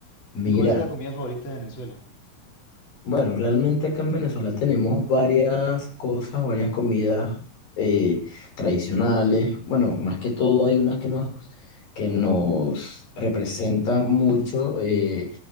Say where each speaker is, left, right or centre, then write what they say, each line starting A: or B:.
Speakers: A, on the left; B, on the left.
A: Mira.
B: ¿Y cuál es la comida favorita de Venezuela?
A: Bueno, realmente acá en Venezuela tenemos varias cosas, varias comidas eh, tradicionales. Bueno, más que todo hay unas que nos, que nos representan mucho. eh,